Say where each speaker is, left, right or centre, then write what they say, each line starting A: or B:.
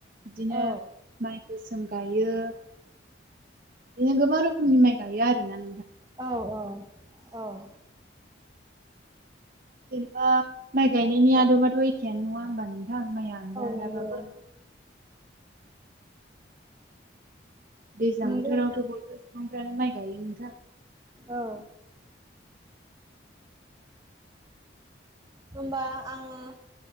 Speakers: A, on the right (about 45°); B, on the right (about 20°).
A: बिदिनो
B: औ
A: माइ गोसोम गायो। नों गोबां रोखोमनि माइ गायो आरो ना।
B: औ- औ -औ।
A: जेनेबा माइ गायनायनि आदबाथ' एखेयानो नङा होमबानो। आं माया आदा आद
B: नंगौ
A: बाबो। दैज्लां
B: नंगौ नोंथां
A: बोथोरावथ' बयबो सिबुंफ्रानो माइ गायो नोनथां।
B: औ। होमबा आङो।